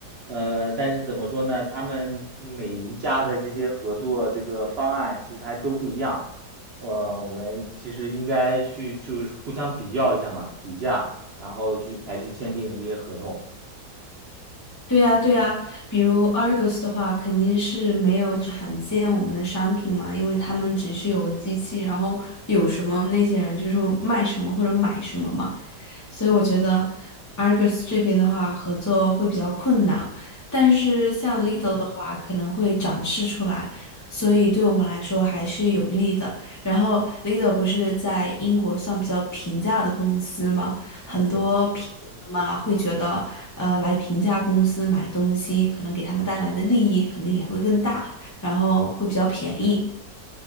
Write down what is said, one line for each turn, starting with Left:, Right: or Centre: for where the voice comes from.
Right: 呃，但是怎么说呢？他们每一家的这些合作这个方案其实还都不一样。呃，我们其实应该去就是互相比较一下嘛，比价，然后去才去签订这些合同。
Left: 对呀，对呀，比如 Argos 的话，肯定是没有展现我们的商品嘛，因为他们只是有个机器，然后有什么那些人就是卖什么或者买什么嘛，所以我觉得 Argos 这边的话合作会比较困难，但是像 Lidl 的话可能会展示出来，所以对我们来说还是有利的。然后 Lidl 不是在英国算比较平价的公司吗？很多评论嘛会觉得，
Right: 嗯。
Left: 呃，来评价公司买东西，可能给他们带来的利益肯定也会更大，然后会比较便宜。